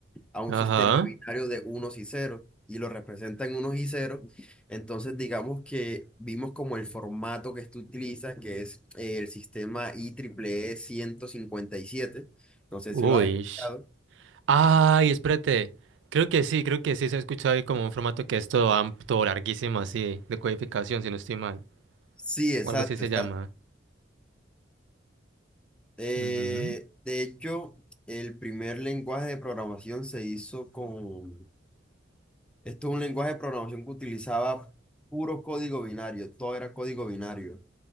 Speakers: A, in the centre; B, on the right.
A: a un
B: Ajá.
A: sistema binario de unos y ceros. Y lo representa en unos y ceros. Entonces, digamos que vimos como el formato que tú utilizas, que es eh, el sistema IEEE 157. No sé
B: Uy.
A: si lo has escuchado
B: Ay, espérate. Creo que sí, creo que sí se ha escuchado ahí como un formato que es todo amplio, todo larguísimo así, de codificación, si no estoy mal.
A: Sí, exacto,
B: O algo así se
A: exacto.
B: llama.
A: Eh,
B: Ujú.
A: de hecho, el primer lenguaje de programación se hizo con... Esto es un lenguaje de programación que utilizaba puro código binario, todo era código binario.